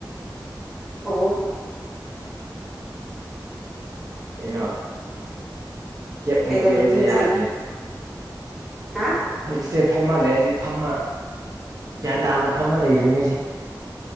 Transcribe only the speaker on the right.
ꯀꯩꯅꯣ ꯒꯦꯞ
ꯑꯃꯨꯛ ꯂꯩꯕꯁꯤ
ꯌꯥꯗ꯭ꯔꯦ
ꯍꯧꯖꯤꯛꯁꯦ ꯐꯝꯃ ꯂꯩ ꯍꯧꯖꯤꯛ ꯐꯝꯃ ꯒ꯭ꯌꯥꯟ ꯇꯥꯅ ꯐꯝꯃ ꯂꯩꯔꯤꯕꯅꯤ
ꯍꯧꯖꯤꯛ